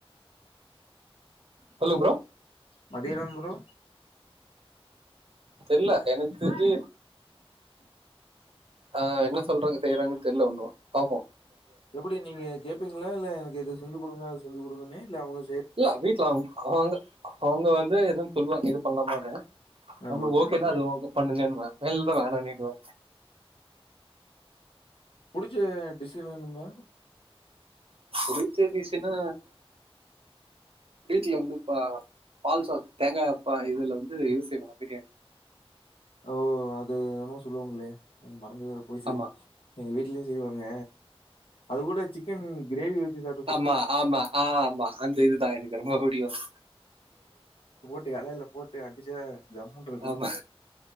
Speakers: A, on the right; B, on the left.
A: சொல்லுங் ப்ரோ
B: மதியனப்ரோ
A: தெர்ல எனக் இது ஆஹ் என்ன சொல்றாங்க செய்யறாங்கன் தெர்ல ஒண்ணு பாப்போ
B: எப்புடி நீங்க கேப் பிங்ளா இல்ல எனக்கு இது செஞ்சு குடுறா சொல்லி குடுங்கனு இல்ல அவுங்க
A: இல்லா வீட்ல அவுங் அவாங்க அவுங்க வந்து எதுன் சொல்லுவாங்க இது பண்லாமானு
B: ஆ
A: நம்ம
B: ஓகே
A: ஓகேனா
B: ஓகே
A: அது ஒக் பண்ணுங்கனுவ எல்டு வர நீ போ
B: புடி ச்ச டிஸ்ஸு வேணுமா
A: புடிச்ச டிஸ்ஸுன்னா வீட்டுல வந்து பா - பால்சாது தேங்காப்பா இதுல வந்து இது செய்வாங்க பிரியாணி
B: ஓ அது என்மோ சொல்லுவாங்குளே மறந்துவேற போய்ச்சு
A: ஆமா
B: எங்கவீட்ல்யு செய்வா ங்க அது கூட சிக்கன் கிரேவி வச்சு சாப்ட்டா சு
A: ஆமா ஆமா ஆமா அந்த இது தா எனக்கு ரொம்போ பு திவஸ்
B: ப்டி எலேல போட்டு அடிச்சா ஜம்முனு இருக்கும்.
A: ஆமா